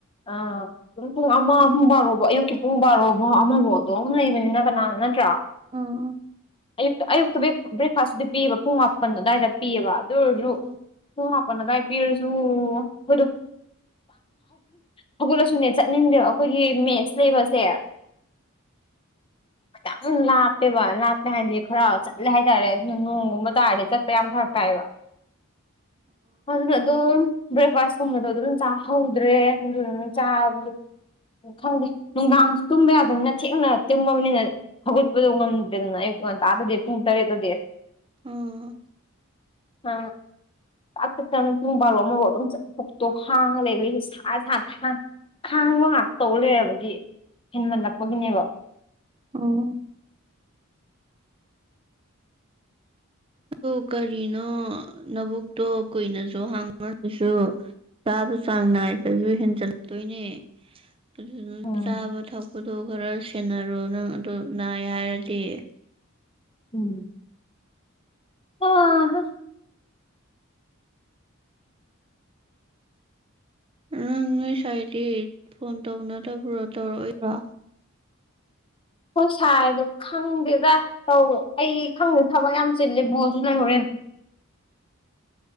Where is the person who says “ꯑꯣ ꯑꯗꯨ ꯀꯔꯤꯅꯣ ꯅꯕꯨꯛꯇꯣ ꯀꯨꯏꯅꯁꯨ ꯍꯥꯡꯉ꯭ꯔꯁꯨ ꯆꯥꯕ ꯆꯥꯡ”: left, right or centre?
Right